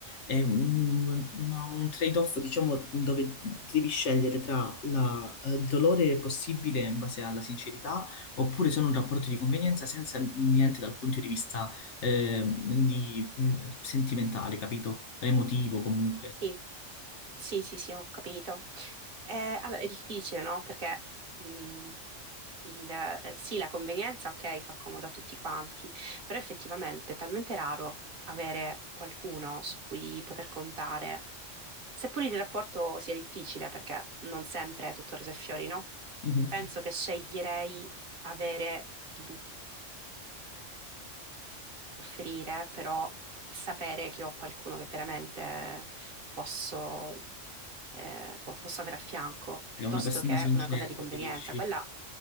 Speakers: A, on the left (about 65°); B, on the right (about 50°).
A: è un, una- un trade-off, diciamo, dove devi scegliere tra la- il dolore possibile in base alla sincerità oppure sono un rapporto di convenienza senza niente dal punto di vista eh, di- mh, sentimentale, capito? Emotivo comunque.
B: sì. Sì, sì, sì, ho capito. Eh, allora, è difficile, no? Perché mh, il- eh, sì, la convenienza, ok, fa comodo a tutti quanti, però effettivamente è talmente raro avere qualcuno su cui poter contare, seppur il rapporto sia difficile, perché non sempre è tutto rose e fiori, no?
A: Mhm.
B: Penso che sceglierei avere il offrire, però sapere che ho qualcuno che veramente posso, eh, po- posso avere a fianco, piuttosto
A: È una persona
B: che
A: sincera,
B: una cosa di
A: preferisci,
B: convenienza. Quella